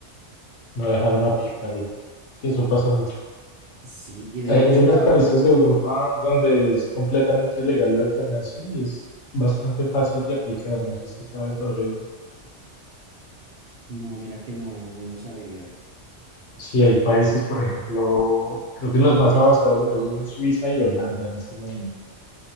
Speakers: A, on the left (about 70°); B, on the right (about 60°).
A: no dejaron aplicarlo. Sí, eso pasa mucho.
B: Sí, y de
A: Hay algunos
B: hecho la...
A: países de Europa donde es completamente legal la eutanasia y es bastante fácil de aplicar. No sé si sabes sobre eso.
B: No, mira que no, no lo sabía.
A: Sí, hay países, por ejemplo, creo que los más avanzados en eso son Suiza y Holanda en este momento.